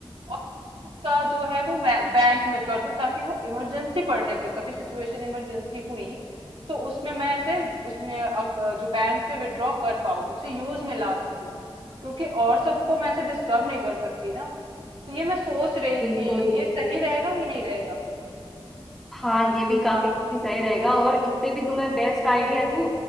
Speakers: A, on the right (about 85°); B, in the centre.
A: और उसका जो है वो मैं बैंक में कर दूं ताकि वो इमरजेंसी पड़ने पे कभी सिचुएशन इमरजेंसी हुई तो उसमें मैं ऐसे उसमें अ- जो बैंक से विड्रॉ कर पाऊं उसे यूज में ला सकूं क्योंकि और सबको मैं ऐसे डिस्टर्ब नहीं कर सकती ना तो ये मैं सोच रही
B: बिल्कुल
A: थी ये सही रहेगा कि नहीं रहेगा
B: हाँ ये भी काफी सही रहेगा और इससे भी तुम्हें बेस्ट आइडिया दूँ